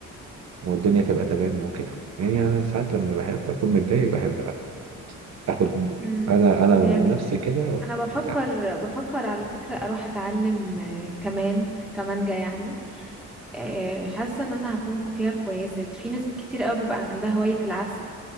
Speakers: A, on the right; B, in the centre.
A: والدنيا تبقى تمام وكده يعني انا ساعات لما بحب اكون متضايق بحب اخد
B: امم
A: انا انا ونفسي
B: فهمت
A: كده وبتاع.
B: انا بفكر بفكر على فكرة اروح اتعلم آه، كمان كمانجا يعني آه، حاسة ان انا هكون فيها كويسة في ناس كتير قوي بيبقى عندها هواية العزف